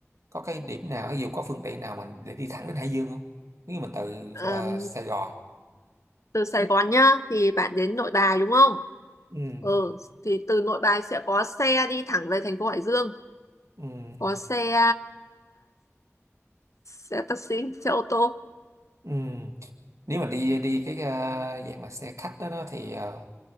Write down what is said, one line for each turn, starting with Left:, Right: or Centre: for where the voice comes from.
Right: có cái điểm nào ví dụ có phương tiện nào mình để đi thẳng đến Hải Dương không nếu mình từ
Left: Ờm,
Right: ờ, Sài Gòn
Left: từ Sài Gòn nhá thì bạn đến Nội Bài đúng không
Right: ừ
Left: ừ thì từ Nội Bài sẽ có xe đi thẳng về thành phố Hải Dương
Right: ừ
Left: có xe xe taxi xe ô tô
Right: ừ nếu mà đi đi cái ờ, dạng mà xe khách đó, đó thì ờ,